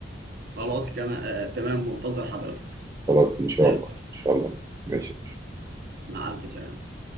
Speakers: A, on the right (about 55°); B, on the right (about 15°).
A: خلاص كما آه تمام منتظر حضرتك
B: خلاص ان شاء
A: زي
B: الله
A: الفل
B: ان شاء الله ماشي ماشي
A: مع الف سلامه